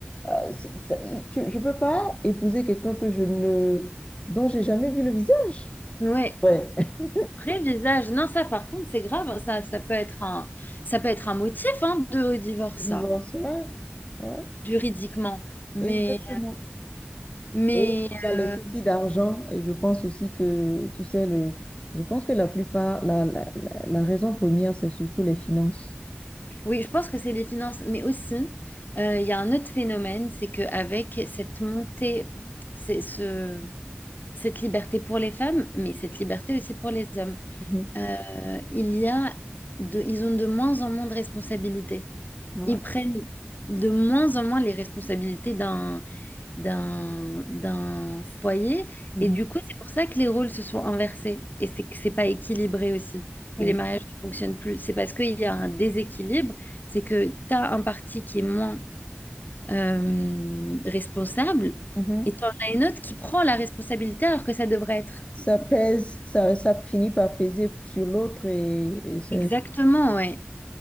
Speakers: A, on the left; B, on the left.
A: Euh, c'est- ça- il- tu- je ne peux pas épouser quelqu'un que je ne, dont j'ai jamais vu le visage.
B: Ouais.
A: Ouais. <laughs>
B: Vrai visage. Non, ça, par contre, c'est grave. hein, Ça, ça peut être un, ça peut être un motif hein, de divorce, ça,
A: Divorce, ouais. Ouais,
B: juridiquement. Mais,
A: exactement.
B: mais
A: Et il y a
B: euh,
A: les soucis d'argent. Et je pense aussi que, tu sais, le, je pense que la plupart, la, la, la, la raison première, c'est surtout les finances.
B: oui, je pense que c'est les finances. Mais aussi, euh, il y a un autre phénomène, c'est qu'avec cette montée, c'est ce, cette liberté pour les femmes, mais cette liberté aussi pour les hommes,
A: Mhm.
B: euh, il y a de, ils ont de moins en moins de responsabilités.
A: Ouais.
B: Ils prennent de moins en moins les responsabilités d'un d'un d'un foyer.
A: Mhm.
B: Et du coup, c'est pour ça que les rôles se sont inversés. Et c'est que c'est pas équilibré aussi. Que
A: Oui.
B: les mariages ne fonctionnent plus. C'est parce qu'il y a un déséquilibre. C'est que tu as un parti qui est moins euh, responsable
A: Mhm.
B: et tu en as une autre qui prend la responsabilité alors que ça devrait être
A: Ça pèse, ça, ça finit par peser sur l'autre et, et c'est-
B: exactement, ouais.